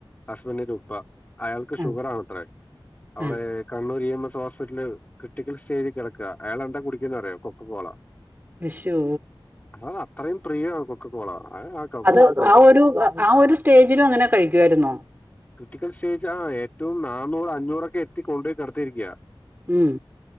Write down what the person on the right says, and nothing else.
ആഹ് ആഹ്
ആഹ്
വിഷു
അത് ആഹ് ഒരു ആഹ് ഒരു സ്റ്റേജിലും അങ്ങനെ കഴിക്കുവായിരുന്നോ?
ഉം.